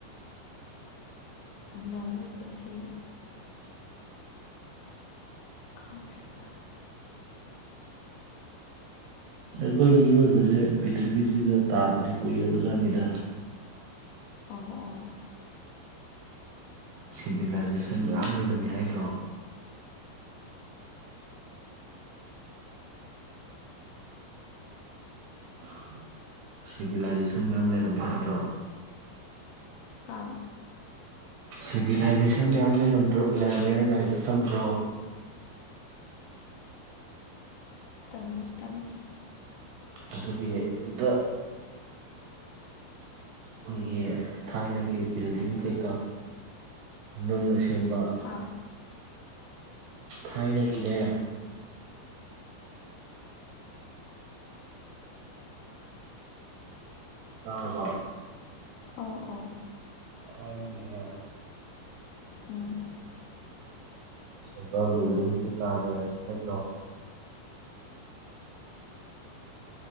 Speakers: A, on the left (about 85°); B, on the right (about 75°).
A: ꯑꯅꯧꯕꯥ ꯄꯨꯟꯁꯤ ꯈꯪꯗ꯭ꯔꯦꯗꯥ
B: ꯑꯩꯈꯣꯏ ꯃꯤꯑꯣꯏꯕꯁꯦ ꯄꯤꯔꯤꯊꯤꯕꯤꯁꯤꯗꯥ ꯇꯥꯕꯗꯤ ꯀꯨꯏꯔꯕ ꯖꯥꯠꯅꯤꯗ
A: ꯑꯣ ꯑꯣ
B: ꯁꯤꯚꯤꯂꯥꯏꯖꯦꯁꯟ ꯃꯌꯥꯝ ꯂꯩꯔꯝꯃꯤ ꯍꯥꯏꯗ꯭ꯔꯣ ꯁꯤꯚꯤꯂꯥꯏꯖꯦꯁꯟ ꯃꯌꯥꯝ ꯂꯩꯔꯝꯃꯦ ꯍꯥꯏꯗ꯭ꯔꯣ
A: ꯍꯥ
B: ꯁꯤꯚꯤꯂꯥꯏꯖꯦꯁꯟ ꯃꯌꯥꯝ ꯂꯩꯗ꯭ꯔ ꯂꯩꯔꯝꯃꯦꯅ ꯂꯥꯏꯔꯤꯛꯇ ꯇꯝꯕ꯭ꯔꯣ
A: ꯇꯝꯃꯦ ꯇꯝꯃꯦ
B: ꯑꯗꯨꯒꯤ ꯗ ꯑꯩꯈꯣꯏꯒꯤ ꯊꯥꯏꯅꯒꯤ ꯕꯤꯜꯗꯤꯡ ꯀꯩꯀꯥ ꯅꯧꯅ ꯁꯦꯝꯕ
A: ꯍꯥ
B: ꯊꯥꯏꯅꯥꯗꯒꯤꯅꯦ ꯌꯔꯕꯣ
A: ꯑꯣ ꯑꯣ
B: ꯊꯥꯏꯅ ꯒꯤꯅꯦ
A: ꯎꯝ
B: ꯑꯩꯅꯆꯤꯡꯕ ꯕꯤꯜꯗꯤꯡꯗꯨ ꯀꯥ ꯂꯩꯔꯝꯃꯤ ꯍꯥꯏꯈ꯭ꯔꯣ